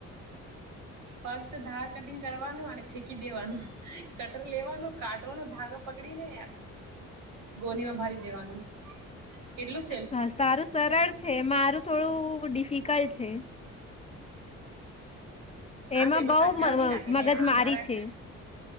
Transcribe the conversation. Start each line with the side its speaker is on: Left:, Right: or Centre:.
Right: ફક્ત ધાર કટિંગ કરવાનું અને ફેકી દેવાનું કટર લેવાનું કાઢવાનો ધાગો પકડીને ગોનીમાં ભરી દેવાનું એટલું
Left: હા સારું સરળ છે મારું થોડું ડિફિકલ્ટ છે.
Right: હા
Left: એમાં
Right: તેમાં
Left: બઉ
Right: કચરો નહી લાગે
Left: મગજ
Right: ને અમારા
Left: મારી છે.